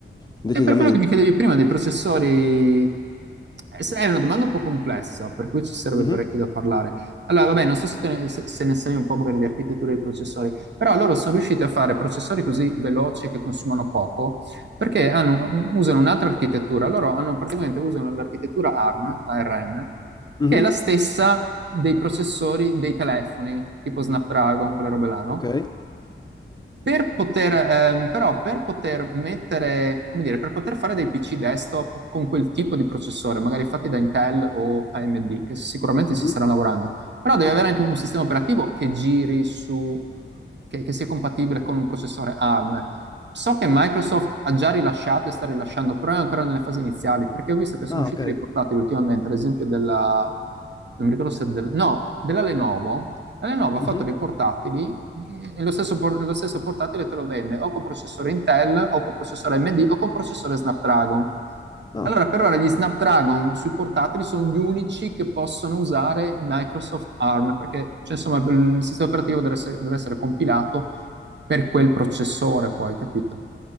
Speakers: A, on the left; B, on the right.
A: decisamente.
B: E per quello che mi chiedevi prima dei processori, eh, se- è una domanda un po' complessa, per cui ci sarebbe
A: Mhm,
B: parecchio da parlare. Allora, vabbè, non so se, te ne, se- se ne sai un po' magari di architettura dei processori, però loro sono riusciti a fare processori così veloci e che consumano poco, perché hanno- m- usano un'altra architettura. Loro hanno praticamente usano l'architettura ARM, ARM,
A: mhm,
B: che è la stessa dei processori dei telefoni, tipo Snapdragon, quelle robe là, no?
A: Ok.
B: Per poter, ehm, però per poter mettere, come dire, per poter fare dei PC desktop con quel tipo di processore, magari fatti da Intel o AMD, che sicuramente
A: mhm.
B: si stanno lavorando, però devi avere anche un sistema operativo che giri su, che, che sia compatibile con un processore ARM. So che Microsoft ha già rilasciato e sta rilasciando, però è ancora nelle fasi iniziali, perché ho visto che sono
A: Ah,
B: usciti
A: ok.
B: dei portatili ultimamente, ad esempio della, non mi ricordo se del, no, della Lenovo la Lenovo ha fatto
A: Mhm.
B: dei portatili e lo stesso, por- lo stesso portatile te lo vende o con processore Intel o con processore AMD o con processore Snapdragon.
A: Ah.
B: Allora, per ora gli Snapdragon sui portatili sono gli unici che possono usare Microsoft ARM, perché cioè, insomma il sistema operativo deve essere, deve essere compilato per quel processore, poi, capito?